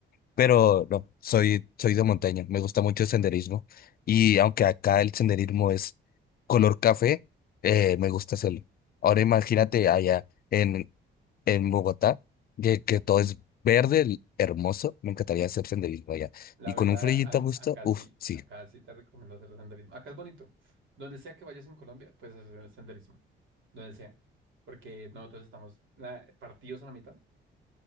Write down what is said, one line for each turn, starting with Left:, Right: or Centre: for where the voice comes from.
Left: Pero no, soy, soy de montaña, me gusta mucho el senderismo y aunque acá el senderismo es color café, eh, me gusta hacerlo. Ahora imagínate allá en, en Bogotá, que, que todo es verde, l- hermoso, me encantaría hacer senderismo allá.
Right: La
Left: Y
Right: verdad,
Left: con un frillito
Right: a-
Left: a gusto,
Right: acá
Left: uff,
Right: sí,
Left: sí.
Right: acá sí te recomiendo hacer senderismo. Acá es bonito. Donde sea que vayas en Colombia, puedes hacer el senderismo. Donde sea. Porque nosotros estamos la- partidos a la mitad